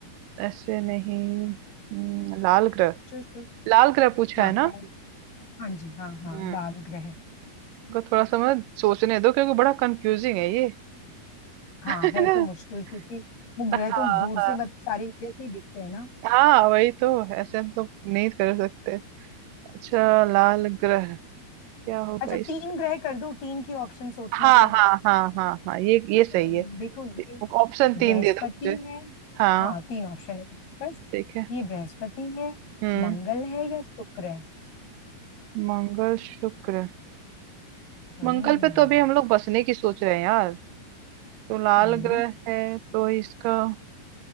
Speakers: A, on the right (about 80°); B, on the left (about 75°).
A: ऐसे नहीं हम्म, लाल ग्रह
B: शुक्र,
A: लाल ग्रह पूछा
B: हाँ
A: है
B: लाल
A: ना
B: हाँ जी हाँ हाँ
A: हम्म
B: लाल ग्रह
A: को थोड़ा सा मैं सोचने दो क्योंकि बड़ा कंफ्यूजिंग है ये
B: हाँ
A: <laughs>
B: है तो मुश्किल क्योंकि वो ग्रह
A: हाँ
B: तो दूर
A: हाँ
B: से मतलब सारे एक जैसे ही दिखते हैं ना
A: हाँ वही तो ऐसे हम तो नहीं कर सकते अच्छा लाल ग्रह क्या होगा
B: अच्छा
A: इस
B: तीन ग्रह कर दो तीन की ऑप्शन सोचना
A: हाँ
B: जरा
A: हाँ हाँ हाँ हाँ ये ये सही
B: अम,
A: है
B: देखो ये
A: ऑप्शन तीन
B: बृहस्पति
A: दे दो मुझे
B: है
A: हाँ
B: हाँ तीन ऑप्शन है तुम्हारे पास
A: ठीक है
B: ये बृहस्पति है
A: हम्म
B: मंगल है या शुक्र है
A: मंगल शुक्र
B: हम्म
A: मंगल पे तो अभी हम लोग बसने की सोच रहे हैं यार तो लाल
B: हम्म,
A: ग्रह है तो इसका